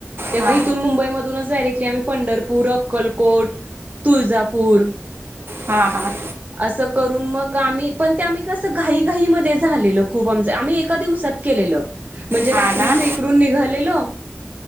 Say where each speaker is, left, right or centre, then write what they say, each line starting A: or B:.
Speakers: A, on the right (about 35°); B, on the right (about 55°).
A: तेव्हा
B: हा
A: इथून मुंबईमधूनच डायरेक्टली आम्ही पंढर पूर, अक्कलकोट, तुळजापूर
B: हां हां.
A: अंस करून मग आम्ही पण ते आम्ही कसं घाई घाई मध्ये झालेलं खूप आमचं आम्ही एका दिवसात केलेलं, म्हणजे
B: हा
A: रात्रीच
B: ना
A: इकडून निघालेलो